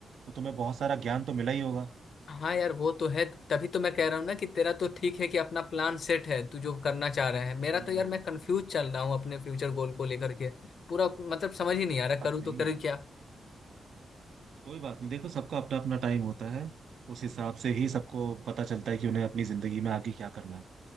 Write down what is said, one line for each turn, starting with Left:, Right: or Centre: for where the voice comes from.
Right: तो तुम्हें बहुत सारा ज्ञान तो मिला ही होगा
Left: हाँ यार वो तो है तभी तो मैं कह रहा हूँ ना कि तेरा तो ठीक है कि अपना प्लान सेट है तू जो करना चाह रहा है मेरा
Right: हम्म
Left: तो यार मैं कंफ्यूज चल रहा हूँ अपने फ्यूचर गोल को लेकर के पूरा मतलब समझ ही नहीं
Right: कोई
Left: आ रहा करूँ
Right: बात नहीं
Left: तो करूँ क्या
Right: कोई बात नहीं देखो सबका अपना अपना टाइम होता है उस हिसाब से ही सबको पता चलता है कि उन्हें अपनी जिंदगी में आगे क्या करना है